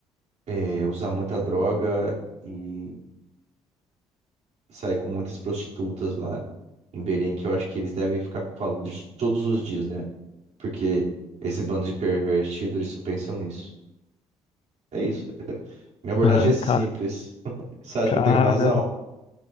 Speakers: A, on the right (about 55°); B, on the left (about 45°).
A: é, usar muita droga e sair com muitas prostitutas lá em Belém, que eu acho que eles devem ficar falando disso todos os dias, né? Porque esse bando de pervertido, eles só pensam nisso. É isso. Minha abordagem
B: Ah,
A: é simples.
B: Cara,
A: <laughs> Você acha
B: cara,
A: que eu tenho razão?